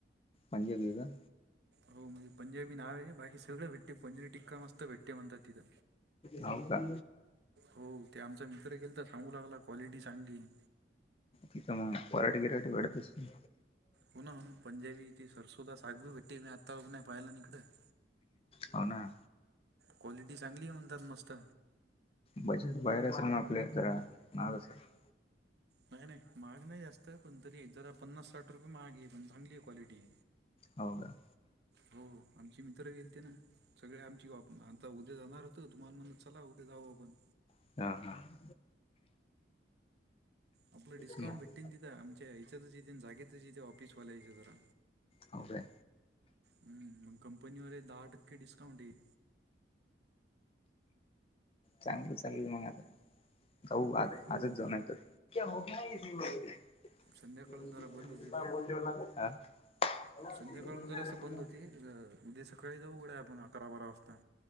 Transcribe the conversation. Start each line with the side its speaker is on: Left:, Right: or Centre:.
Left: पंजाबी हेका?
Right: हो. म्हणजे पंजाबी नावये बाकी सगळ भेटते पानिर टिक्का मस्त भेटते म्हणतात तिथं.
Left: हाव का.
Right: हो. ते आमचा मित्र गेलता. सांगू लागला क्वालिटी चांगलीयं.
Left: तिथं मग पराठी गिराठी वाढत असते.
Right: हो ना. होन. पंजाबीची सरसोदा सागब भटी मी आता पाहायला निकडं.
Left: हो ना
Right: क्वालिटी चांगली हाय म्हणतात मस्त.
Left: बजेट बाहेर असेल न आपले जरा <unintelligible>
Right: नाही. नाही. महाग नाही जास्त पण तरी जरा पन्नास, साठ रुपये महागए. पण चांगली ए क्वालिटी
Left: हो का.
Right: हो. आमचे मित्र गेल ते ना. सगळे आमची बा आता उद्या जाणार होतो. तुम्हाला म्हणलो चला उद्या जाऊ आपण.
Left: <unintelligible>
Right: आपलं डिस्काउंट
Left: मग
Right: भेटतीन तिथं आमच्या याच्यातच यथेनं जागेतच येते ऑफिसवाल्याच्या जरा.
Left: हो काय
Right: हम्म. मग कंपनीवाले दहा टक्के डिस्काउंट देईल.
Left: चांगलं चालल मग आता. <unintelligible>
Right: हो
Left: आजचं जा नाहितर. <unintelligible>
Right: संध्याकाळून जरा बंद होती ती संध्याकाळून जरा असं बंद होती
Left: <inaudible>
Right: उद्या सकाळी जाऊ उघडायं आपण अकरा, बारा वाजता.